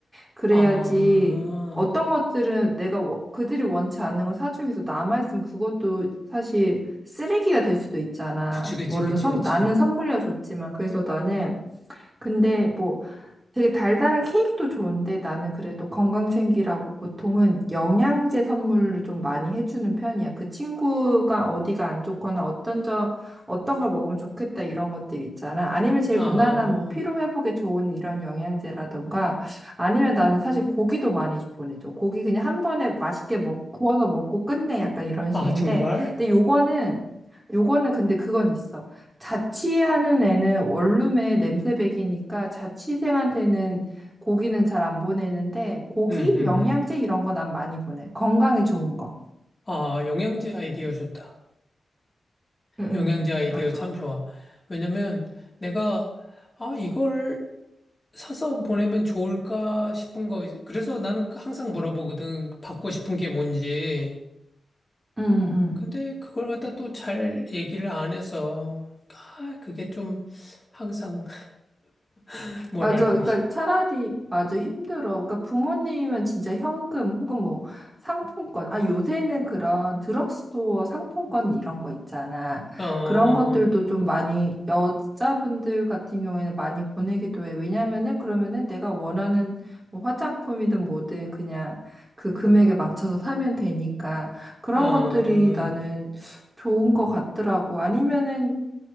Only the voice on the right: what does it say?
그래야지
어떤 것들은 내가 워- 그들이 원치 않는 걸 사주면 계속 남아있으면 그것도 사실 쓰레기가 될 수도 있잖아.
물론
선-
나는 선물이라 좋지만. 그래서 나는 근데 뭐 되게 달달한 케이크도 좋은데 나는 그래도 건강 챙기라고 보통은 영양제 선물을 좀 많이 해주는 편이야. 그 친구가 어디가 안 좋거나 어떤 점, 어떤 걸 먹으면 좋겠다 이런 것들 있잖아. 아니면 제일
무난한 뭐 피로 회복에 좋은 이런 영양제라던가 아니면 나는 사실 고기도 많이 보내줘. 고기 그냥 한 번에 맛있게 먹, 구워서 먹고 끝내 약간 이런
식인데
근데 요거는 요거는 근데 그건 있어. 자취하는 애는 원룸에 냄새배기니까 자취생한테는 고기는 잘 안 보내는데 고기,
영양제 이런 거 난 많이 보내. 건강에 좋은 거.
응, 응,
응.
맞아.
응, 응.
맞아. 그러니까 차라리 맞아 힘들어. 그러니까 부모님은 진짜 현금 혹은 뭐 상품권. 아 요새는 그런 드럭스토어 상품권 이런 거 있잖아.
그런 것들도 좀 많이 여자분들 같은 경우에는 많이 보내기도 해. 왜냐면은 그러면은 내가 원하는 뭐 화장품이든 뭐든 그냥 그 금액에 맞춰서 사면 되니까 그런
것들이 나는 좋은 것 같더라고. 아니면은